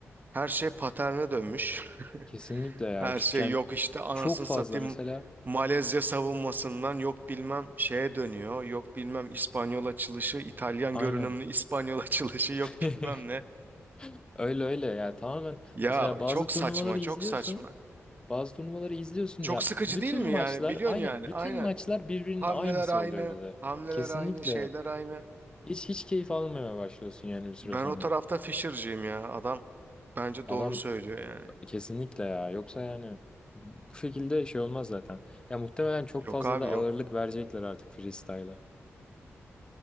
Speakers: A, on the right (about 35°); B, on the left (about 20°).
A: her şey paterne dönmüş. <laughs>
B: Kesinlikle ya.
A: Her
B: Çünkü
A: şey
B: yani
A: yok işte anasını
B: çok fazla
A: satayım
B: mesela
A: Malezya savunmasından yok bilmem şeye dönüyor. Yok bilmem İspanyol açılışı, İtalyan
B: aynen.
A: görünümlü İspanyol <laughs> açılışı yok
B: <laughs>
A: bilmem ne.
B: Öyle öyle yani tamamen
A: Ya
B: mesela bazı
A: çok
B: turnuvaları
A: saçma,
B: izliyorsun
A: çok saçma.
B: bazı turnuvaları izliyorsun
A: Çok
B: ya
A: sıkıcı
B: bütün
A: değil mi
B: maçlar
A: yani? Biliyorsun
B: aynen
A: yani.
B: bütün
A: Aynen.
B: maçlar birbirinin
A: Hamleler
B: aynısı
A: aynı,
B: oluyor bize.
A: hamleler
B: Kesinlikle
A: aynı, şeyler aynı.
B: hiç hiç keyif almamaya başlıyorsun yani bir süre
A: Ben
B: sonra.
A: o tarafta Fisher'cıyım ya. Adam bence
B: Adam
A: doğru söylüyor yani.
B: kesinlikle ya yoksa yani bu şekilde şey olmaz zaten. Ya muhtemelen çok
A: Yok
B: fazla
A: abi
B: da ağırlık
A: yok.
B: verecekler artık freestyle'a.